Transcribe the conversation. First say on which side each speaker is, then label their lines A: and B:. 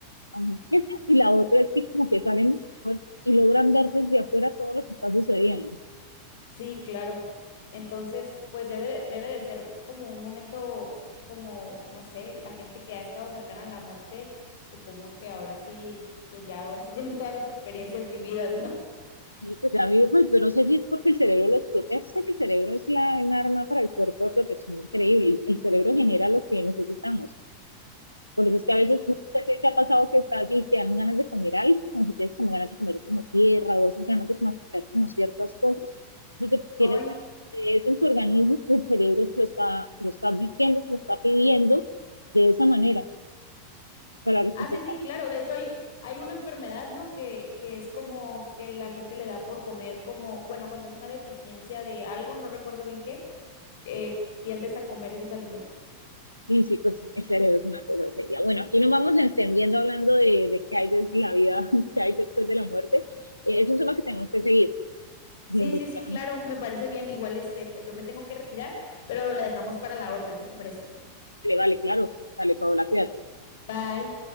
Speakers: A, on the left; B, on the left.
A: ajá, esa, y la otra es que como que salen de su cuerpo y logran ver desde afuera todo lo que está sucediendo.
B: Sí, claro. Entonces, pues debe, de- debe de
A: Que
B: ser como un momento, como, no sé, la gente que ha estado cercana a la muerte, supongo que ahora sí, que ya ahora sí <laughs> tienen todas las experiencias vividas, ¿no?
A: Y pues a mí, pues yo no sé si es porque el cerebro los protege, o sea, que el cerebro es la, un arma para el cuerpo de protección increíble. El cerebro genera lo que necesitamos. Por eso es que
B: Sí,
A: a veces no sé si te ha pasado que estás y te dan ganas de comer algo, como que tienes como ganas de comer como tierra o esas ganas de masticar como ciertas cosas. Lo que
B: hoy.
A: tienes de de eso en tu organismo, que el cerebro te lo está, te lo está advirtiendo, te lo está pidiendo de esa manera para recuperar
B: Ah, sí, sí, claro. De hecho, hay, hay una enfermedad, ¿no? Que, que es como que la gente le da por comer como, bueno, cuando es una deficiencia de algo, no recuerdo bien qué, eh, tiendes a comer esos alimentos.
A: Sí, sí, pues el cerebro es una cosa seria. Bueno, aquí nos vamos extendiendo hablando de, de qué hay de la vida, <laughs> qué hay después de la muerte. Eh, es un tema que tenemos que seguir y
B: Sí,
A: investigar.
B: sí, sí, claro, me parece bien. Igual este, pues yo me tengo que retirar, pero la dejamos para la otra. ¿Qué te parece?
A: Vale, vale, claro. Dale, Paola, cuídate.
B: Bye.